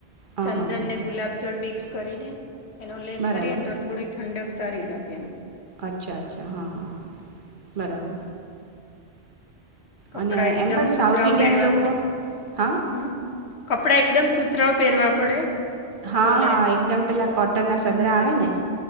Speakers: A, on the right; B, on the left.
A: હા
B: ચંદન
A: હા હા
B: ને ગુલાબ જળ બી મિક્સ કરીને. એનો લેખ
A: બરાબર
B: કરીને તો થોડી ઠંડક. સારી લાગે એમ.
A: અચ્છા અચ્છા હા હા હા બરાબર.
B: કપડા
A: અને
B: એકદમ
A: એમ પણ
B: સુતરાવ
A: સાઉથ ઇન્ડિયન
B: પહેરવા
A: લોકો
B: પડે
A: હા
B: હમ. કપડાં એકદમ સુતરાઓ પહેરવા પડે.
A: હા
B: ઢીલા
A: હા એકદમ પેલા. ટ ના સદરા આવે
B: એકદમ
A: ને